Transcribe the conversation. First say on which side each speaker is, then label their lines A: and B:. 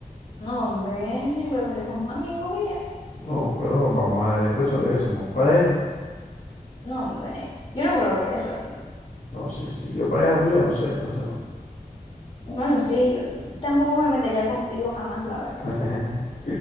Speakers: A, on the left; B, on the left.
A: No, hombre, simplemente somos amigos y ya.
B: No, pero vamos a dar la impresión de que somos pareja.
A: No, hombre, yo no creo que eso así.
B: No, sí, sí, yo pareja tuya no soy, entonces no.
A: Bueno, sí, yo tampoco me metería contigo jamás, la verdad.
B: <laughs>